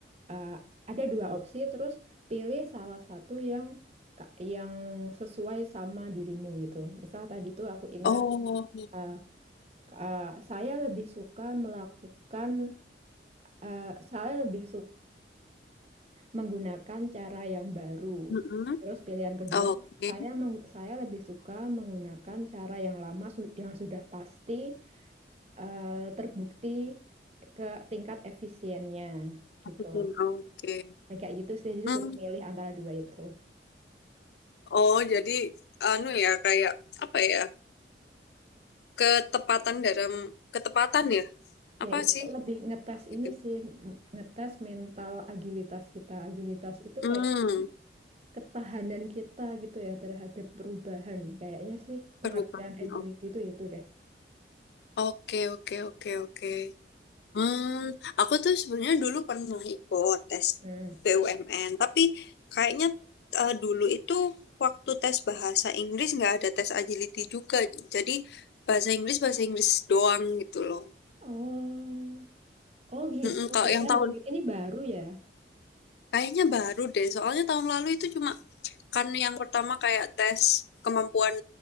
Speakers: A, on the right; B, on the left.
A: eh, ada dua opsi, terus pilih salah satu yang ka- yang sesuai sama dirimu gitu. Misal tadi tuh aku ingat
B: Oh,
A: eh, Uh, saya lebih suka melakukan, uh, saya lebih suka menggunakan cara yang baru.
B: mm-mm.
A: Terus pilihan kedua,
B: Oke,
A: saya meng- saya lebih suka menggunakan cara yang lama su- yang sudah pasti uh, terbukti ke tingkat efisiennya gitu.
B: Masukin, oke.
A: Nah, Kayak gitu sih, jadi
B: Hmm.
A: suruh milih antara dua itu.
B: Oh, jadi anu ya kayak apa ya? ketepatan dalam ketepatan ya apa
A: Ya itu
B: sih
A: lebih ngetes
B: gitu
A: ini sih, m- ngetes mental agilitas kita. Agilitas itu
B: hmm
A: kayak ketahanan kita gitu ya terhadap perubahan. Kayaknya sih pengertian
B: perubahan
A: agility
B: op-
A: itu itu deh.
B: oke oke oke oke hmm aku tuh sebenarnya dulu pernah ikut tes
A: Hmm.
B: BUMN tapi kayaknya eh, dulu itu waktu tes bahasa Inggris nggak ada tes agility juga jadi bahasa Inggris bahasa Inggris doang gitu loh
A: Oh, oh gitu.
B: Mm-mm, kalau
A: Jadi
B: yang
A: agility
B: tahun
A: ini baru ya.
B: kayaknya baru deh soalnya tahun lalu itu cuma kan yang pertama kayak tes kemampuan